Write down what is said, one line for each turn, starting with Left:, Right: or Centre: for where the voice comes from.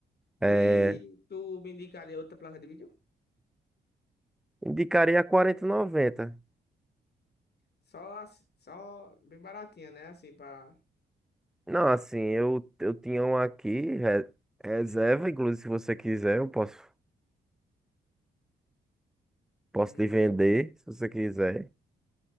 Centre: É,
Left: E tu me indicaria outra placa de vídeo?
Centre: indicaria a quarenta e noventa
Left: Só, assim- só bem baratinha, né? Assim, pra.
Centre: Não, assim, eu, eu tinha um aqui, re- reserva, inclusive se você quiser, eu posso, posso
Left: Hum,
Centre: te vender, se você quiser.